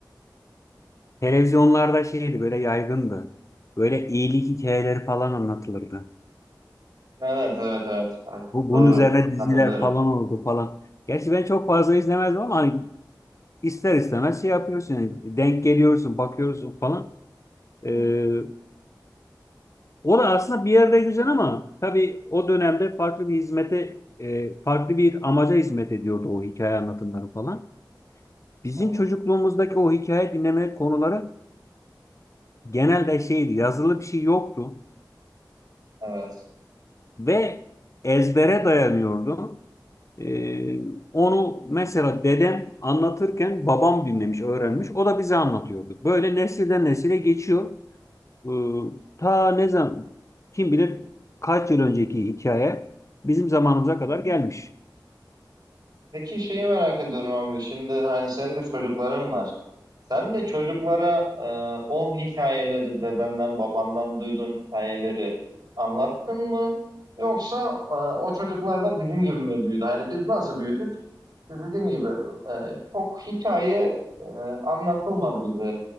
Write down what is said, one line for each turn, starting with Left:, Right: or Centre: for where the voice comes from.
Left: e, televizyonlarda şeydi böyle yaygındı. Böyle iyilik hikayeleri falan anlatılırdı.
Right: Evet, evet, evet. Evet,
Left: Bu,
Right: Doğru.
Left: bunun üzerine diziler
Right: Hatırlıyorum.
Left: falan oldu falan. Gerçi ben çok fazla izlemezdim ama hani ister istemez şey yapıyorsun yani denk geliyorsun bakıyorsun falan.
Right: Hı
Left: Ee,
Right: hı,
Left: O da aslında bir yerde güzel ama tabii o dönemde farklı bir hizmete, e, farklı bir amaca hizmet ediyordu o hikaye anlatımları falan. Bizim
Right: hı hı.
Left: çocukluğumuzdaki o hikaye dinleme konuları genelde şeydi, yazılı bir şey yoktu
Right: Evet.
Left: ve ezbere dayanıyordu. E, onu mesela dedem anlatırken babam dinlemiş, öğrenmiş, o da bize anlatıyordu. Böyle nesilden nesile geçiyor. Iı, ta ne zaman kim bilir kaç yıl önceki hikaye bizim zamanımıza kadar
Right: Hı hı.
Left: gelmiş.
Right: Peki şeyi merak ediyorum abi. Şimdi hani senin de çocukların var. Sen de çocuklara e, o hikayeleri dedenden babandan duyduğun hikayeleri anlattın mı? Yoksa e, o çocuklar da bizim gibi mi büyüdü? Hani biz nasıl büyüdük? Dediğim gibi e, çok hikaye e, anlatılmadı bize.